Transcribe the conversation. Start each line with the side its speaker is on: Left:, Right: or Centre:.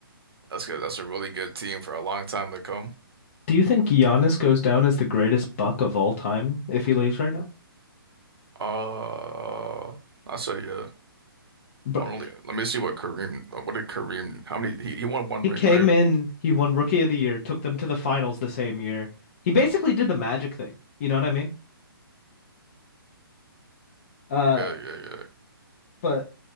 Right: that's good. That's a really good team for a long time to come.
Left: Do you think Giannis goes down as the greatest buck of all time if he leaves right now?
Right: Uh, I say yeah.
Left: But
Right: I'm really, let me see what Kareem, what did Kareem, how many, he, he won one
Left: he
Right: ring,
Left: came
Right: right?
Left: in, he won Rookie of the Year, took them to the finals the same year. He basically did the Magic thing. You know what I mean? Uh,
Right: Yeah, yeah, yeah.
Left: but